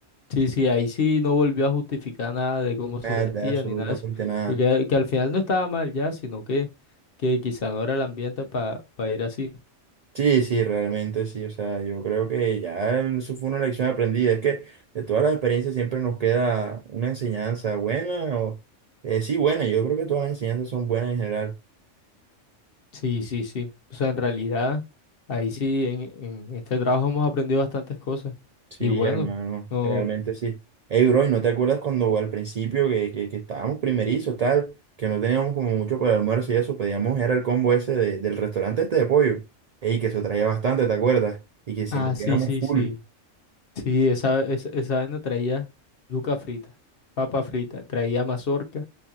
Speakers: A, on the left; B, on the right.
A: Sí, sí, ahí sí no volvió a justificar nada de cómo se
B: Nada,
A: vestía
B: absolutamente
A: ni nada de eso,
B: nada.
A: porque que al final no estaba mal ya, sino que, que quizá no era el ambiente para ir así.
B: Sí, sí, realmente sí. O sea, yo creo que ya eso fue una lección aprendida. Es que de todas las experiencias siempre nos queda una enseñanza buena o... eh, sí, buena. Yo creo que todas las enseñanzas son buenas en general.
A: Sí, sí, sí. O sea, en realidad, ahí sí, en, en este trabajo hemos aprendido bastantes cosas.
B: Sí,
A: Y bueno,
B: hermano,
A: no.
B: realmente sí. Ey, bro, ¿y no te acuerdas cuando al principio que, que, que estábamos primerizos, tal, que no teníamos como mucho para el almuerzo y eso, pedíamos, era el combo ese de- del restaurante este de pollo? Ey, que eso traía bastante, ¿te acuerdas? Y que siempre
A: Ah, sí,
B: quedamos
A: sí,
B: full.
A: sí. Sí, esa, esa, esa vaina traía yuca frita, papa frita, traía mazorca,